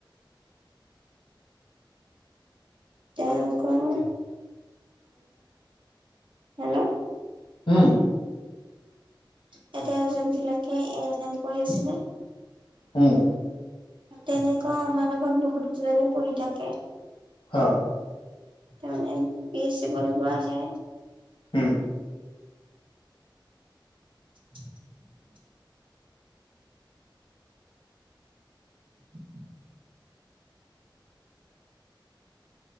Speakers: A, on the right; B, on the left.
A: তেওঁলোকৰ, হেল্ল'!
B: উম।
A: তেতিয়া যোনবিলাকে এ এল এম কৰি আছিলে
B: হম!
A: তেনেকুৱা আমাৰ লগত বহুত কেইজনী পঢ়ি থাকে।
B: হ'?
A: তাৰমানে <unintelligible> পঢ়িব আহে।
B: উম।
A: <inaudible> <inaudible>